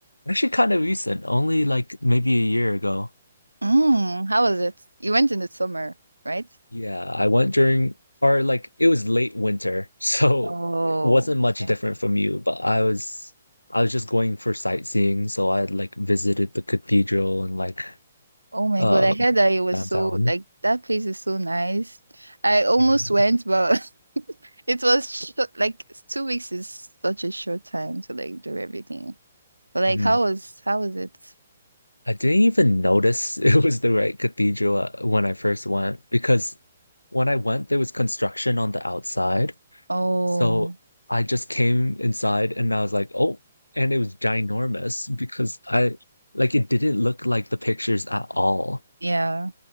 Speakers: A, on the left (about 80°); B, on the right (about 80°).
A: actually kind of recent, only like maybe a year ago.
B: mm, how was it? You went in the summer, right?
A: Yeah, I went during, or like it was late winter, <laughs> so
B: Oh,
A: it wasn't much
B: okay.
A: different from you, but I was I was just going for sightseeing, so I like visited the cathedral and like
B: Oh my
A: um
B: God, I heard that it was
A: downtown.
B: so like that place is so nice. I almost
A: Yeah.
B: went, but <laughs> It was sh like two weeks is such a short time to like do everything. But like,
A: hmm
B: how was how was it?
A: I didn't even notice <laughs> it was the right cathedral uh, when I first went because when I went there was construction on the outside.
B: Oh,
A: So I just came inside and I was like, oh, and it was ginormous because I like it didn't look like the pictures at all.
B: yeah.